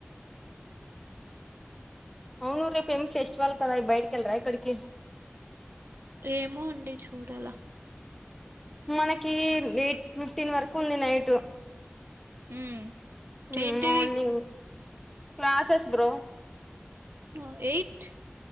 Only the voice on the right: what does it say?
ఏమో అండి చూడాల
మ్మ్
ఏంటిది
ఆ ఎయిట్